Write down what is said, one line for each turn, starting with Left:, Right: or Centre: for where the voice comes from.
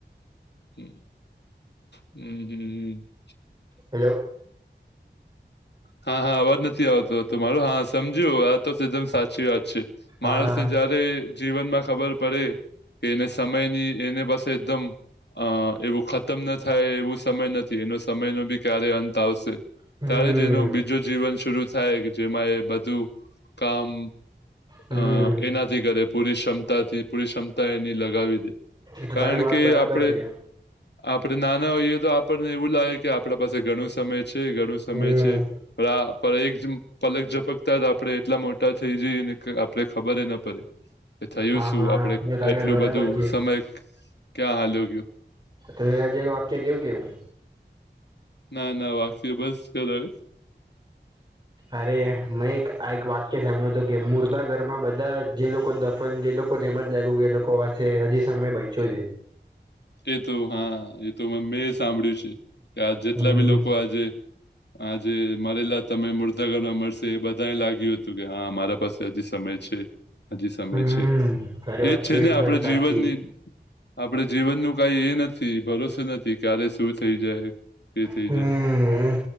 Left: હ હમ હમ હ
Right: હેલોલો
Left: હા હા અવાજ નથી આવતો હતો મારો હા સમજ્યું આ તો એકદમ સાચી વાત છે માણસને
Right: હા
Left: જારે જીવન માં ખબર પડે કે એને સમય ની એને બસે એકદમ અ એવું ઉતમ ન થાય એવું સમય નથી એનો સમય ન બી ક્યારે અંત આવશે
Right: હમ
Left: ત્યારે જે ન બીજો જીવન શરુ થાય કે જેમાં એ બધું કામ
Right: હમ
Left: અ એનાથી કરે પૂરી ક્ષમતાથી પૂરી ક્ષમતા એની લગાવી દે
Right: એ તો
Left: કારણ
Right: તારી વાત
Left: કે
Right: બરાબર
Left: આપડે
Right: છે
Left: આપડણે નાના હોઈએ તો આપણને એવું લાગે કે આપડા પાસે ઘણું સમય છે ઘણું સમય
Right: હમ
Left: છે પણ એક પલક ઝપકતા જ આપડે એટલા મોટા થઈ જઈએ ને આપડે ખબરડ એ થયું
Right: હા
Left: શું
Right: હા
Left: આપડે
Right: એ તો તારી
Left: એટલું
Right: વાત બરાબર
Left: બધું
Right: છે
Left: સમય ક્યાં હાલ્યો ગયો
Right: ત આ જે વાક્ય કેવું કેવું
Left: ના ના વાગસી બસ કરવે
Right: અરે મેં એક આ એક વાક્ય સાભ્યું હતું કે મુર્દા ઘરમાં બધા જે લોકો દફન જે લોકોને એમ જ લાગ્યું કે એ લોકો પાસે હજી સમય બચ્યો છે
Left: એ તો હા એ તો મેં સાંભળ્યું છે કે આ જેટલા
Right: હમ
Left: બી લોકો આજે આજે મળરેલા તમે મુર્દાાગરમાં મળશે એ બધા લાગ્યું હતું કે હા મારા પાસે હજી સમય છે હજી સમય
Right: હમ
Left: છે
Right: તારી વાત
Left: એજ છે
Right: એકદમ
Left: ને આપણે
Right: સાચી
Left: જીવનની આપડે જીવન નું કઈ એ નથી ભરોસો નથી તે ક્યારે શું થઈ જાય કે થઇ
Right: હમ
Left: જાય